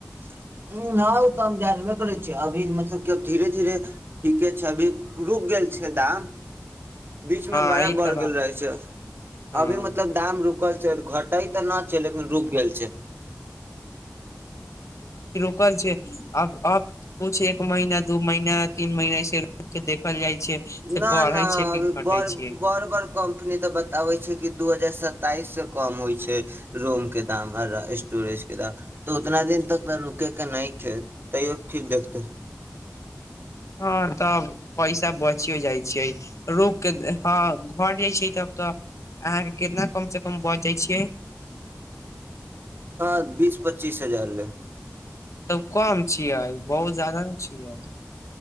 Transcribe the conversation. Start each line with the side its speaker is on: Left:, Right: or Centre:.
Right: ह हँ ओ तऽ हम जानबे करै छियै अभी मतलब कब धीरे धीरे ठीके छै अभी रुक गेल छै दाम। बीच में
Left: हँ
Right: बड़ा
Left: ई
Right: बढ़
Left: तऽ बात
Right: गेल रहे छै
Left: हँ
Right: अभी मतलब दाम रुकल। घटइ तऽ न छै लेकिन रूक गेल छै।
Left: ल छै अब अब कुछ एक महीना दू महीना तीन महीनाे के देखल जाइ छै। से
Right: न
Left: बढ़ै
Right: न
Left: छै
Right: अभी
Left: कि घटै
Right: ब
Left: छियै
Right: बड़ बड़ कम्पनी तऽ बताबै छै कि दू हजार। सताइस से कम होइ छै रूम के दाम आर स्टोरेज के दाम तऽ उतना दिन तक रुकै के नहि ख तैयो फिर देखते।
Left: हँ तब पैसा बचियो जाइ छियै रोकि कऽ हँ घर जाइ छियै तब तऽ अहाँके कितना कमसँ कम बचि जाइ छियै।
Right: हँ बीस पच्चीस हजार ले।
Left: तब कम छियै बहुत जादा ने छियै।